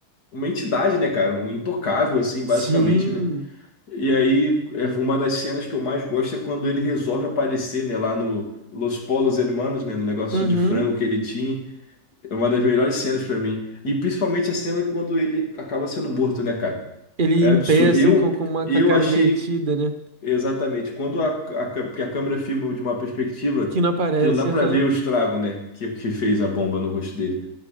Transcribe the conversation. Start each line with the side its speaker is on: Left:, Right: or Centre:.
Left: uma entidade, né, cara? Um intocável, assim, basicamente,
Right: Sim.
Left: né? E aí, é uma das cenas que eu mais gosto é quando ele resolve aparecer, né, lá no Los Polos Hermanos, né, no negócio
Right: Uhum.
Left: de frango que ele tinha. É uma das melhores cenas pra mim. E principalmente a cena quando ele acaba sendo morto, né, cara?
Right: Ele
Left: É
Right: em
Left: absurdo.
Right: pé, assim,
Left: Eu,
Right: com, com uma
Left: eu
Right: com a cara
Left: achei
Right: derretida, né?
Left: Exatamente. Quando a, a, cã- porque a câmera filma de uma perspectiva
Right: Que não aparece.
Left: que não dá pra
Right: aham.
Left: ver o estrago, né? Que, que fez a bomba no rosto dele.